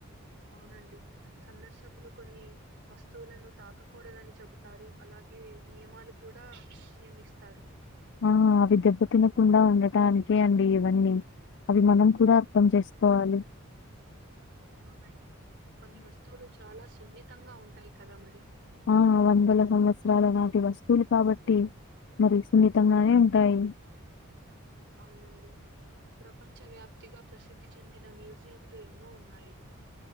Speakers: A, on the right; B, on the left.
A: అవునండి సందర్శకులు కొన్ని వస్తువులను తాకకూడదని చెబుతారు. అలాగే నియమాలు కూడా నియమిస్తారు.
B: ఆ అవి దెబ్బ తినకుండా ఉండటానికే అండి ఇవన్నీ. అవి మనం కూడా అర్థం చేసుకోవాలి.
A: అవునండి కొన్ని వస్తువులు చాలా సున్నితంగా ఉంటాయి కదా మరి.
B: ఆ వందల సంవత్సరాల నాటి వస్తువులు కాబట్టి. మరి సున్నితంగానే ఉంటాయి.
A: అవునండి ప్రపంచ వ్యాప్తిగా ప్రసిద్ధి చెందిన మ్యూ జియంలు ఎన్నో ఉన్నాయి.